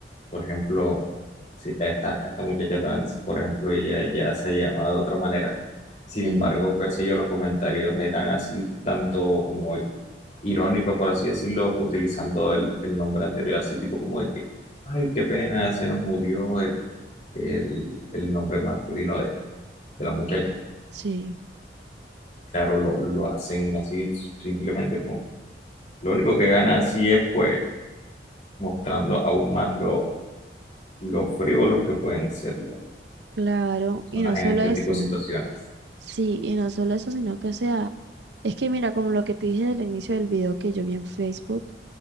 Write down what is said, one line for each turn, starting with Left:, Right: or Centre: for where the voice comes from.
Left: Por ejemplo, si esta, esta muchacha trans, por ejemplo, ella ya se llamaba de otra manera. Sin
Right: Sí,
Left: embargo, qué sé yo, los comentarios eran así, tanto como irónicos, por así decirlo, utilizando el, el nombre anterior, así tipo como de que, ay, qué pena, se nos murió el, el, el nombre masculino de, de la muchacha.
Right: sí,
Left: Claro, lo, lo hacen así simplemente con... Lo único que gana así es pues mostrando aún más lo, lo frívolos que pueden ser las
Right: claro,
Left: personas
Right: y no solo
Left: en este
Right: eso,
Left: tipo de situaciones.
Right: sí, y no solo eso, sino que o sea, es que mira, como lo que te dije del inicio del video que yo vi en Facebook, O